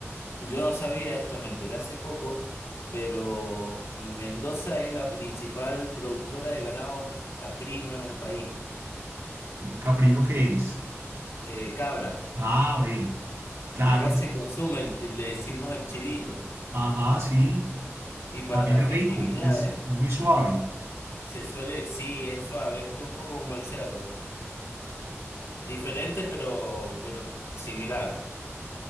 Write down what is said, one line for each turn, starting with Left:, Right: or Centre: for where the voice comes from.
Left: Yo no sabía esto, me enteré hace poco, pero Mendoza es la principal productora de ganado caprino en el país,
Right: mm, caprino, ¿qué es?
Left: eh, cabra.
Right: Ah, ve, claro,
Left: Y acá se consume, el- le decimos el chivito.
Right: ajá, sí,
Left: Y para
Right: también
Left: las
Right: es
Left: festividades
Right: rico, es, es muy suave.
Left: se suele, sí, es suave, es un poco como el cerdo. Diferente, pero, pero similar.